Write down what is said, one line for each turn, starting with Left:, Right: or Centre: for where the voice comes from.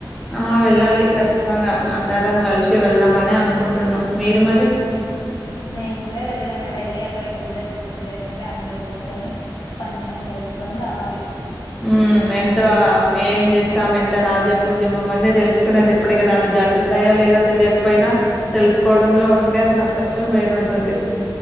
Centre: ఆ వెళ్ళాలి ఖచ్చితంగా అందరం గలిషి వెళ్దామని అనుకుంటున్నం, మీరు మరి?
Left: మేం గూడా వెళ్ళడమే వెళ్ళి అక్కడ పూజరు పూజ చేస్తుంటే అందులో కూర్చొని పంచంగం తెలుసుకొని రావాలి.
Centre: ఊమ్ ఎంత వ్యయం జేస్తాం ఎంత రాజ పూజ్యం అవన్నీ దెలుసుకునేది ఇప్పడే గదా. అవి జరుగుతాయో లేదో తెలియకపోయినా, తెలుసుకోవడంలో ఉండే ఆ సంతోషం వేరుంటుంది.